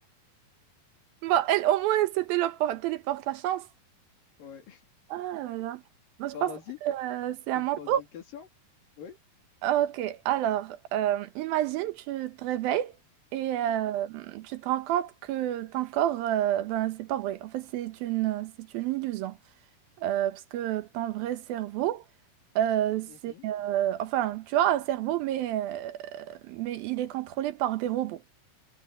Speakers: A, on the right (about 85°); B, on the left (about 70°).
A: Bah,
B: <laughs>
A: elle, au moins, elle se téléporte, téléporte la chance.
B: Ouais.
A: Ah là là. Moi, je
B: Bah
A: pense
B: vas-y,
A: que euh, c'est à
B: tu
A: mon
B: me poses
A: tour.
B: une question? Oui.
A: Ok, alors, euh, imagine, tu te réveilles et euh,
B: Mhm,
A: tu te rends compte que ton corps, euh, ben, c'est pas vrai. En fait, c'est une, c'est une illusion. Euh, parce que ton vrai cerveau, euh, c'est...
B: mhm.
A: euh, enfin, tu as un cerveau, mais, euh, mais il est contrôlé par des robots.